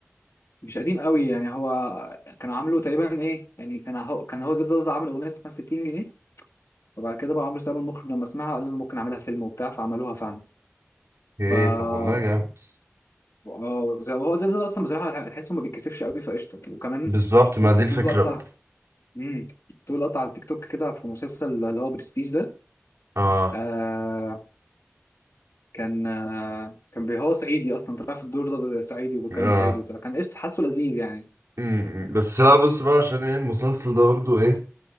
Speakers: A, on the left; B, on the right.
A: مش قديم قوي يعني هو كان عامله تقريبا ايه يعني كان هو كان هو زيزو عامل اغنيه اسمها 60 جنيه وبعد كده بقى عمرو سلامه المخرج لما سمعها قال له ممكن اعملها فيلم وبتاع فعملوها فعلا
B: ايه
A: ف اه
B: طب والله جامد
A: هو زيزو اصلا بصراحه تحسه ما بيتكسفش قوي فقشطه وكمان
B: بالظبط
A: في
B: ما دي الفكره
A: لقطه
B: بقى
A: امم طول قطع على التيك توك كده في مسلسل اللي هو برستيج ده
B: اه
A: آه كان آه كان بي- هو صعيدي اصلا طلع في الدور ده صعيدي وبيتكلم
B: اه
A: صعيدي وكده كان قشطه حاسه لذيذ يعني
B: أمم، بس لا بص بقى عشان ايه المسلسل ده برضه ايه